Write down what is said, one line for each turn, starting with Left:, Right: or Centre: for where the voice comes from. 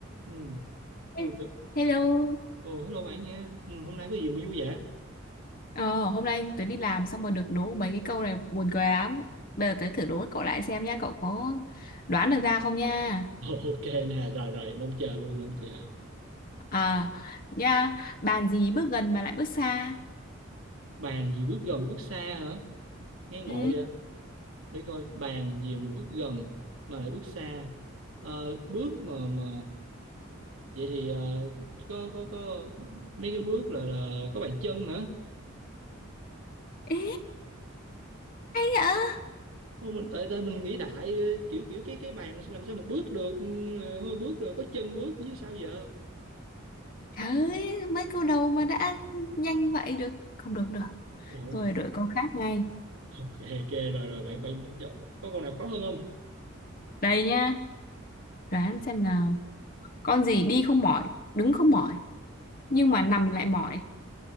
Right: Ừ. Ôi,
Left: He-
Right: trời.
Left: Hello.
Right: Ồ, hello bạn nha. Ừ, hôm nay có gì mà vui vậy? <laughs>
Left: Ờ, hôm nay tớ đi làm xong rồi được đố mấy cái câu này buồn cười lắm. Bây giờ tớ thử đố cậu lại xem nha, cậu có đoán được ra không nha?
Right: Ồ, ok nè, rồi rồi, mong chờ luôn, mong chờ.
Left: À, nha, bàn gì bước gần mà lại bước xa?
Right: Bàn gì bước gần bước xa hả? Nghe ngộ
Left: Ừ.
Right: vậy? Để coi bàn gì mà bước gần mà lại bước xa. Ờ, bước mà mà vậy thì ờ, có có có mấy cái bước là là có bàn chân hả?
Left: Ê, ạ.
Right: Ô, mình tại tại mình nghĩ đại ờ, kiểu kiểu cái cái bàn làm sao mà bước được ừ, hơi bước rồi có chân bước chứ sao giờ?
Left: Trời ơi, mấy câu đầu mà đã nhanh vậy được. Không đúng được.
Right: Ồ,
Left: Tôi phải đổi câu khác ngay.
Right: ok ok rồi rồi bạn bạn cho- có câu nào khó hơn không?
Left: Đây nha, đoán xem nào. Con gì đi không mỏi, đứng không mỏi, nhưng mà nằm lại mỏi.